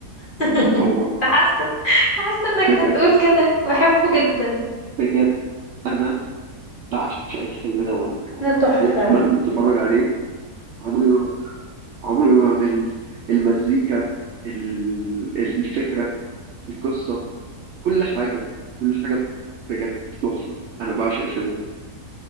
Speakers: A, on the left; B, on the right.
A: <laughs>
B: هو
A: حاسه حاسه انك
B: بجد
A: هتقول كده بحبه جدا
B: بجد انا بعشق الفيلم ده وانا انا
A: ده تحفه
B: عم مهما اتفرج عليه عمري ما بزهق عمري ما بمل المزيكا ال- الفكره القصه كل حاجه كل حاجه بجد تحفه انا بعشق الفيلم ده